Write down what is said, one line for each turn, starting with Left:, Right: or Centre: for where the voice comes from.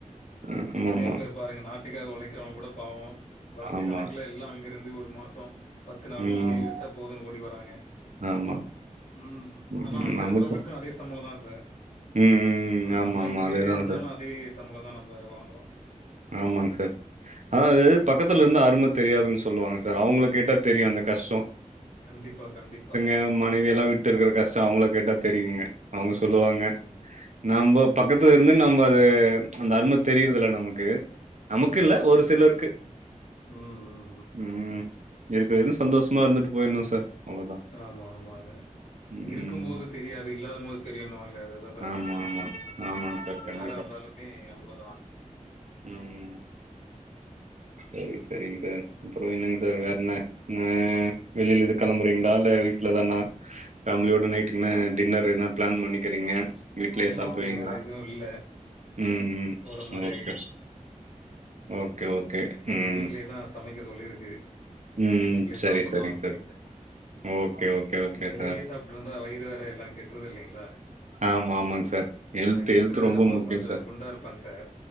Right: அ ஆமாமா.
Left: எத்தனயோ பேர் பாருங்க நாட்டுக்காக ஒழைக்கிறோங்க கூட பாவோ வர்ஷ
Right: ஆமா.
Left: கணக்ல எல்லா அங்கருந்து ஒரு மாசோ பத்து நாள்னு
Right: ம்.
Left: லீவ் கெடச்சா போதுன் ஓடி வராங்க
Right: ஆமா.
Left: ம்
Right: ம்
Left: ஆனா அங்க
Right: நமக்கு
Left: இருக்றவங்களுக்கு அதே சம்பளோ தா சார்
Right: ம், ம்.
Left: ஆனா
Right: ஆமாமா.
Left: நம்ம இங்கயே
Right: அதேதான்
Left: இருந்தாலு
Right: சார்.
Left: அதே சம்பளோ தா நம்ப வாங்குறோ
Right: ஆமாங் சார் அதாவ்து பக்கத்துலருந்தா அரும தெரியாதுன் சொல்லுவாங்க சார் அவுங்கள கேட்டா தெரியு அந்த கஷ்டோ
Left: கண்டிப்பா கண்டிப்பா
Right: ஆ மனைவியெல்லா விட்டு இருக்ற கஷ்டோ அவுங்கள கேட்டா தெரியுங்க அவுங்க
Left: ம்,
Right: சொல்லுவாங்க
Left: ம்.
Right: நாம்ப பக்கத்துலருந்து நம்ப அது அந்த அரும தெரிறதில்ல நமக்கு நமக்கு
Left: ஆமா.
Right: இல்ல ஒரு சிலர்க்கு
Left: ம் ம்
Right: ம் இருக்க வரைலு சந்தோஷமா இருந்துட்டு போய்ர்னு சார் அவ்வளோதான்.
Left: ஆமா ஆமாங்க
Right: ம்.
Left: இருக்கும்போது தெரியாது இல்லாதம்போது தெரியுன்வாங்ளே அத அத தாங்க
Right: ஆமா ஆமா ஆமாங் சார் கண்
Left: யாராருந்தாலுமே அவ்ளதா
Right: ம் சேரி செரிங் சார் அப்றோ என்னங் சார் வேறென்ன ன்ன வெளில எது கெளம்புறிங்ளா இல்ல வீட்ல தானா ஃபேம்லியோட நைட்டுக்கு என்ன டின்னரு என்ன பிளான் பண்ணிக்கிறீங்க வீட்லயே
Left: இல்லைங்க
Right: சாப்டுவீங்ளா
Left: சார். வேற எதுவும் இல்ல.
Right: ம் ம்
Left: போற மாரி
Right: ஓகே ஓகே ஓகே
Left: சார்
Right: ம்
Left: வீட்லேதா சமைக்க சொல்லிருக்கு
Right: ம்
Left: வீட்லே
Right: சரி
Left: சாப்புலா
Right: சரிங்க
Left: அப்டின்ட்டு
Right: சார் ஓகே ஓகே ஓகே
Left: வெளிலயே
Right: சார்
Left: சாப் ட்ருந்தா வயிறு வேற எல்லா கெட்ருது இல்லைங்ளா
Right: ஆமாமாங் சார் எல்த்து
Left: ஏற்கனவே
Right: எல்த்து ரொம்ப முக்கியோ
Left: கொஞ்சம்
Right: சார்
Left: குண்டா இருப்பேங்க சார்.